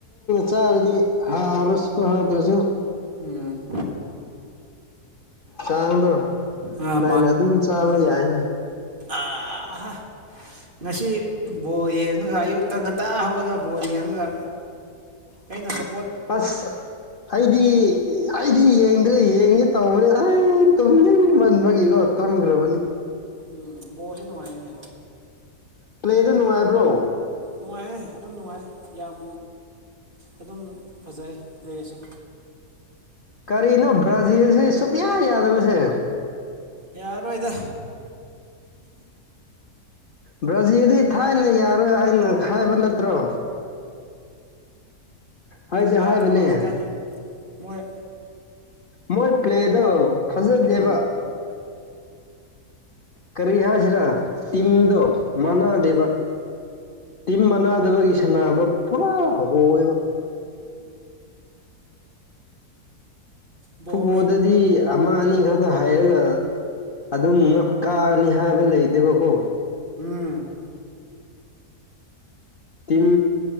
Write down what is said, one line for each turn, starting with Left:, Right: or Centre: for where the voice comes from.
Left: ꯆꯔꯗꯤ ꯍꯥꯥꯎꯔꯁꯨ ꯍꯥꯗꯁꯨ
Right: ꯎꯝ
Left: ꯀꯥꯡꯗꯣ
Right: ꯑꯥ
Left: ꯅꯥꯏꯅ ꯑꯗꯨꯝ ꯆꯥꯕ ꯌꯥꯏꯅ
Right: ꯑꯍꯥ ꯉꯁꯤ ꯕꯣꯜ ꯌꯦꯡꯉꯒ ꯑꯌꯨꯛꯇ ꯉꯟꯇꯥ ꯍꯧꯒꯠꯂꯒ ꯕꯣꯜ ꯌꯦꯡꯉꯒ ꯑꯩꯅ ꯁ
Left: ꯑꯁ ꯑꯩꯗꯤ ꯑꯩꯗꯤ ꯌꯦꯡꯗ꯭ꯔꯦ ꯌꯦꯡꯉꯦ ꯇꯧꯕꯅꯤ ꯑꯩ ꯇꯨꯝꯅꯤꯡꯃꯟꯕꯒꯤꯀꯣ ꯇꯨꯝꯈ꯭ꯔꯕꯅꯤ
Right: ꯎꯝ ꯕꯣꯁꯦ ꯅꯨꯡꯉꯥꯏꯅꯦ
Left: ꯄ꯭ꯂꯦꯗ ꯅꯨꯡꯉꯥꯏꯕ꯭ꯔꯣ
Right: ꯅꯨꯡꯉꯥꯏꯌꯦ ꯑꯗꯨꯝ ꯅꯨꯡꯉꯥꯏ ꯌꯥꯝ ꯑꯗꯨꯝ ꯐꯖꯩ ꯂꯩꯁꯦ
Left: ꯀꯔꯤꯅꯣ ꯕ꯭ꯔꯥꯖꯤꯜꯁꯦ ꯁꯨꯛꯌꯥ ꯌꯥꯗꯕꯁꯦ
Right: ꯌꯥꯔꯣꯏꯗ
Left: ꯕ꯭ꯔꯥꯖꯤꯜꯗꯤ ꯊꯥꯏꯅ ꯌꯥꯔꯣꯏ ꯑꯩꯅ ꯍꯥꯏꯕ ꯅꯠꯇ꯭ꯔꯣ ꯍꯥꯏꯗꯤ ꯍꯥꯏꯕꯅꯦ
Right: ꯌꯥꯗ꯭ꯔꯦꯕꯥꯎꯖꯤ ꯀ ꯃꯣꯏ
Left: ꯃꯣꯏ ꯄ꯭ꯂꯦꯗ ꯐꯖꯗꯦꯕ
Right: ꯎꯝ
Left: ꯀꯔꯤ ꯍꯥꯏꯁꯤꯔꯥ ꯇꯤꯝꯗꯣ ꯃꯥꯟꯅꯗꯦꯕ
Right: ꯎꯝ
Left: ꯇꯤꯝ ꯃꯅꯥꯗꯕꯒꯤ ꯁꯥꯟꯅꯥꯅꯕ ꯄꯨꯔꯥ ꯍꯧꯦꯕ
Right: ꯕꯣꯜ
Left: ꯐꯨꯠꯕꯣꯜꯗꯗꯤ ꯑꯃ ꯑꯅꯤ ꯈꯛꯇ ꯍꯥꯏꯔꯒ ꯑꯗꯨꯝ ꯀꯥꯒꯅꯤ ꯍꯥꯏꯕ ꯂꯩꯇꯦꯕꯀꯣ
Right: ꯎꯝ
Left: ꯇꯤꯟ